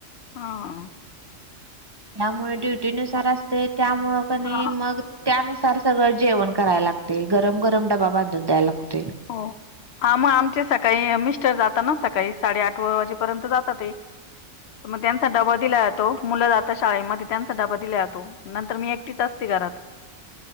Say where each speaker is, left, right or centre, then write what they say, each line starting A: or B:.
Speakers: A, on the left (about 65°); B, on the right (about 35°).
A: हा.
B: त्यामुळे ड्युटी नुसार असते, त्यामुंळे कणी
A: हा
B: मग त्यानुसार सगळं जेवण करायला लागतय. ते गरम गरम डबा बांधून द्यायला लागतोय.
A: हो. हा, मग आमचे सकाळी मिस्टर जातात ना सकाळी साडे आठ वाजेपर्यंत जातात ते. तर मग त्यांचा डबा दिला जातो, मुलं जाता शाळेमध्ये त्यांचा डबा दिला जातो, नंतर मी एकटीच असते घरात.